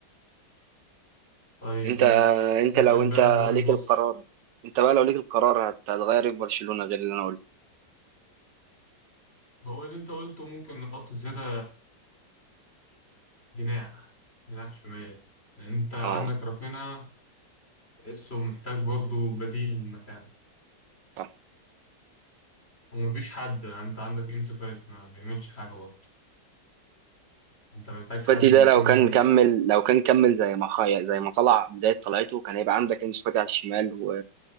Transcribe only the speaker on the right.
انت
انت
لو انت
ليك
القرار انت بقى لو ليك القرار هت- هتغير إيه في برشلونة غير اللي انا قلته
اه
صح
فاتي ده
لو كان كمل لو كان كمل زي ما خايا زي ما طلع بداية طلعته كان هيبقى عندك انسو فاتي على الشمال و...